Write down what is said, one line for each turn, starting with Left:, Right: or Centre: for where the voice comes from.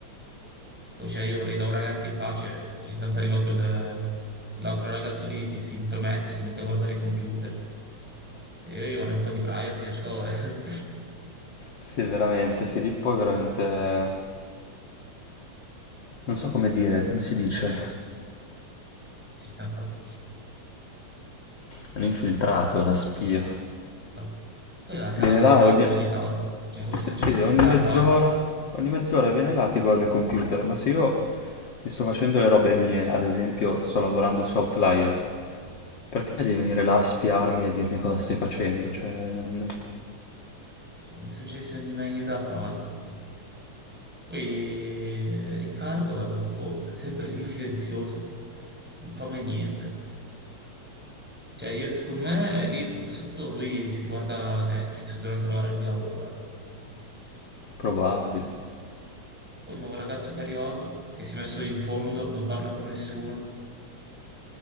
Centre: Poi cioè, io vorrei lavorare anche in pace, ogni tanto arriva quel- quell'altro ragazzo lì che si intromette, si mette a guardare i computer. E io io vorrei un po' di privacy, per favore. <laughs>
Left: Sì, veramente, Filippo è veramente... non so come dire, come si dice?
Centre: Ficca naso.
Left: È un infiltrato, è una spia.
Centre: Esatto. Poi a caso
Left: Viene là
Centre: si alza
Left: ogni...
Centre: ogni tanto, cioè come se
Left: Sì,
Centre: non
Left: sì,
Centre: ci avesse
Left: ogni
Centre: niente da
Left: mezz'ora,
Centre: fare.
Left: ogni mezz'ora viene là, ti guarda il computer, ma se io mi sto facendo le robe mie, ad esempio sto lavorando su Outlier, perché devi venire là a spiarmi e a dirmi cosa stai facendo? Cioè, n-
Centre: Infatti, cioè come se non ci avesse ogni- mai niente da fare. Poi eh, Riccardo, eh, boh, è sempre lì silenzioso, non fa mai niente. Cioè, io secondo me lì sotto sotto lui si guarda Netflix durante l'orario di lavoro. eh.
Left: probabile.
Centre: Poi il nuovo ragazzo che è arrivato, che si è messo in fondo, non parla con nessuno.